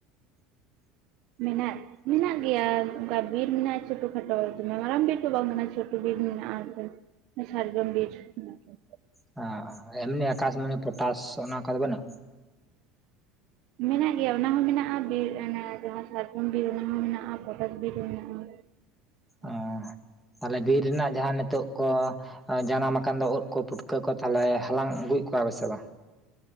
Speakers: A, on the right (about 50°); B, in the centre.
A: ᱢᱮᱱᱟᱜ, ᱢᱮᱱᱟᱜ ᱜᱮᱭᱟ ᱚᱱᱠᱟ ᱵᱤᱨ ᱢᱮᱱᱟᱜᱼᱟ ᱪᱷᱴᱳ ᱠᱷᱟᱴᱳ ᱫᱚᱢᱮ ᱢᱟᱨᱟᱝ ᱵᱤᱨ ᱫᱚ ᱵᱟᱝ ᱠᱟᱱᱟ ᱪᱷᱴᱳ ᱵᱤᱨ ᱢᱮᱱᱟᱜᱼᱟ, ᱥᱟᱨᱡᱚᱢ ᱵᱤᱨ, ᱢᱮᱱᱟᱜᱼᱟ᱾
B: ᱦᱚᱸ ᱮᱢᱱᱤ ᱟᱠᱟᱥ ᱢᱚᱱᱤ ᱯᱚᱴᱟᱥ ᱚᱱᱟ ᱠᱚᱫᱚ ᱵᱟᱱᱩᱜᱼᱟ,
A: ᱢᱮᱱᱟᱜ ᱜᱮᱭᱟ ᱚᱱᱟ ᱦᱚᱸ ᱢᱮᱱᱟᱜᱼᱟ ᱵᱤᱨ ᱚᱱᱟ ᱡᱟᱦᱟᱸ ᱥᱟᱟᱨᱡᱚᱢ ᱵᱤᱨ ᱚᱱᱟ ᱦᱚᱸ ᱢᱮᱱᱟᱜᱼᱟ ᱯᱚᱴᱚᱠ ᱵᱤᱨ ᱦᱚᱸ ᱢᱮᱱᱟᱜᱼᱟ, <unintelligible>
B: ᱚ ᱛᱟᱦᱚᱞᱮ ᱵᱤᱨ ᱨᱮᱱᱟᱜ ᱡᱟᱦᱟᱸ ᱱᱤᱛᱚᱜ ᱠᱚ ᱡᱟᱱᱟᱢ ᱟᱠᱟᱱ ᱫᱚ ᱩᱫ ᱠᱚ ᱯᱩᱴᱠᱟᱹ ᱠᱚ ᱛᱟᱦᱞᱮ ᱦᱟᱞᱟᱝ ᱟᱹᱜᱩᱭᱮᱫ ᱠᱚᱣᱟ ᱵᱮᱥᱮ ᱵᱟᱝ,